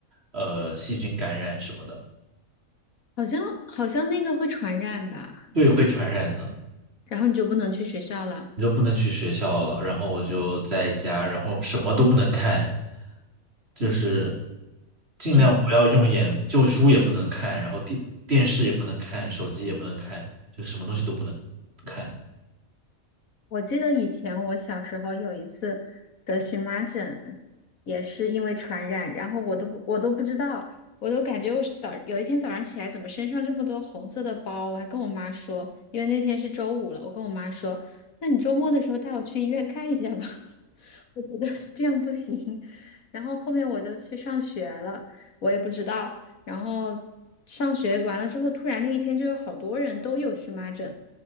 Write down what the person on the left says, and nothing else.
好像好像那个会传染吧，
然后你就不能去学校了。
只能。
我记得以前我小时候有一次得荨麻疹，也是因为传染，然后我都不我都不知道，我都感觉我是早有一天早上起来怎么身上这么多红色的包，我还跟我妈说，因为那天是周五了，我跟我妈说，那你周末的时候带我去医院看一下吧，<laughs> 我觉得这样不行。然后后面我就去上学了，我也不知道，然后上学完了之后，突然那一天就有好多人都有荨麻疹。